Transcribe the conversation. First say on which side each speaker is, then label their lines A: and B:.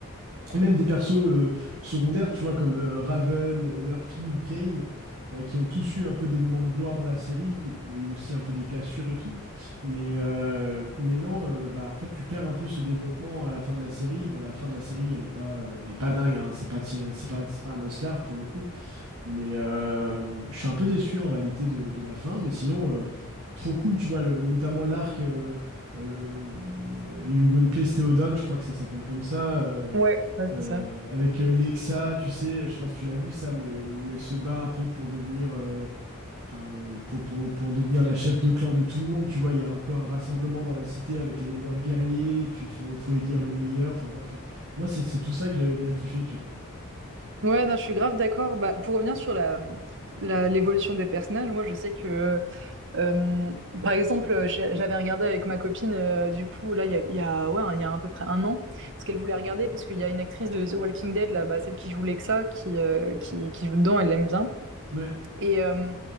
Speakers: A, on the right; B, on the right.
A: et même des persos euh, secondaires, tu vois, comme euh, Raven, euh, Murphy ou Kane, euh, qui ont tous eu un peu des moments de gloire dans la série. Il y a eu aussi un peu des cassures et tout. Mais, euh, mais non, euh, bah, en fait, tu perds un peu ce développement à la fin de la série. Bon, la fin de la série, elle est pas, euh, elle est pas dingue, hein. C'est pas, ti- c'est pas, c'est pas un Oscar pour le coup. Mais euh, je suis un peu déçu en réalité de, de la fin. Mais sinon, euh, trop cool, tu vois, le- notamment l'arc euh, euh, euh, You Gonna Place Theodon, je crois que ça s'appelle comme ça. euh,
B: Ouais, ouais,
A: euh,
B: c'est ça.
A: avec euh, Lexa, tu sais, je sais pas si tu l'as vu ça, mais où elle se bat un peu pour devenir, euh, enfin, euh, pour, pour, pour devenir la chef de clan de tout le monde. Tu vois, il y a un peu un rassemblement dans la cité avec les meilleurs guerriers, et puis il faut, faut élire le meilleur. Enfin bref, euh, moi, c'est c'est tout ça que j'avais bien kiffé, tu vois.
B: Ouais, non, je suis grave d'accord. Bah, pour revenir sur la, la, l'évolution des personnages, moi, je sais que, euh, par exemple, j'ai- j'avais regardé avec ma copine, euh, du coup, là, il y a, il y a, ouais, il y a à peu près un an, ce qu'elle voulait regarder parce qu'il y a une actrice de The Walking Dead, là, bah, celle qui joue Lexa, qui, euh, qui, qui joue dedans, elle l'aime bien.
A: Ouais,
B: Et, euh,